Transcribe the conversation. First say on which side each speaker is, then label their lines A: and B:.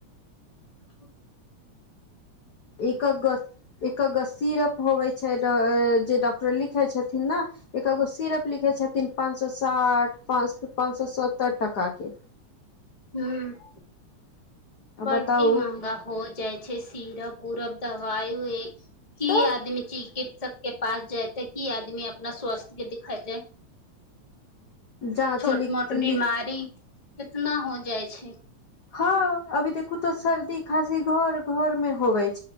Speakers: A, on the left (about 15°); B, on the left (about 60°).
A: ह
B: एक एक सीराफ होबै छै ड जे डॉक्टर लिखैत छथिन ने एकगो सिरप लिखे छथिन पाँच सए साठ पाच पाँच सए सत्तर टाका के
A: हँ बड्डी
B: बताउ
A: महगा हो जाइ छै सीर उूरब दवाई यु की
B: तऽ
A: आदमी चीज कि सब के पास जेयतै की आदमी अपना स्वास्थ्य के दिखेतै
B: जाँच
A: छोट
B: लिख
A: मोट बीमारी
B: लिख
A: कितना हो जाइ छै
B: हँ अभी देखु तो सर्दी खासी घर घर में होवे छै